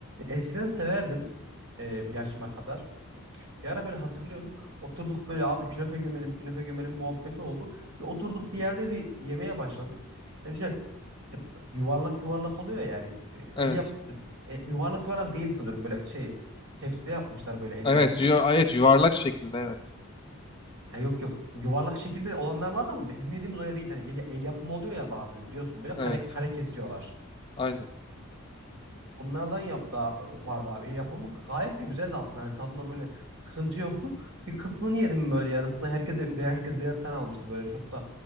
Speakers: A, on the right; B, on the left.
A: eskiden severdim e, bir yaşıma kadar. Bir ara böyle hatırlıyorum. Oturduk böyle abi künefe gömelim, künefe gömelim muhabbeti oldu. Bir oturduk bir yerde bir yemeğe başladık. Yani tip- yuvarlak yuvarlak oluyor ya, yani E,
B: Evet.
A: el yap e, e, yuvarlak yuvarlak değildi sanırım böyle şey tepside yapmışlar böyle el
B: Evet,
A: yapımı.
B: yu- evet yuvarlak şekilde evet.
A: Ya yok yok yuvarlak şekilde olanlar vardı ama bi- bizim yediğimiz öyle değil. Hani el, el yapımı oluyor ya bazen biliyorsun böyle
B: Evet.
A: kare kare kesiyorlar.
B: Aynen.
A: Onlardan yaptı vardı abi el yapımı gayet de güzeldi aslında. Hani tadında böyle sıkıntı yoktu. Bir kısmını yedim böyle yarısına. Herkese birer herkes birer tane almıştı böyle çok da